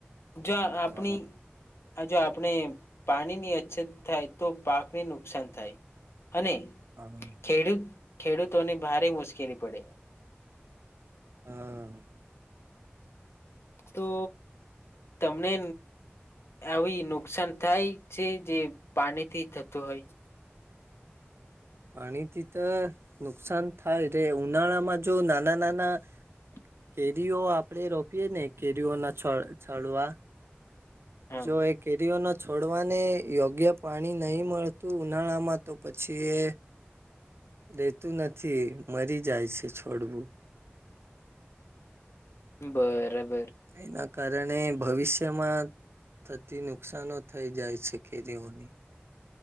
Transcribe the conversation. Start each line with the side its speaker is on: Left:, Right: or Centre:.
Left: જો આપણી
Right: હા
Left: આ જો આપણે પાણીની અછત થાય તો પાકને નુકસાન થાય. અને
Right: હા
Left: ખેડૂત ખેડૂતોને ભારે મુશ્કેલી પડે.
Right: હા.
Left: તો તમને આવી નુકસાન થાય છે જે પાણી થી થતું હોય. <inaudible>
Right: પાણીથી તો નુકસાન થાય રે ઉનાળામાં જો નાના નાના.
Left: <inaudible>
Right: કેરીઓ આપડે રોપીએ ને કેરીઓના છો ચોલવા
Left: હા
Right: જો એ કેરીઓ ન છોડવાને યોગ્ય પાણી નહી મળતું ઉનાળામાં તો પછી લેતું નથી મરી જાય છે છોડવું.
Left: બરાબર.
Right: તયના કારણે ભવિષ્યમાં થતી નુકશનો થઈ જાય છે કેરીઓને.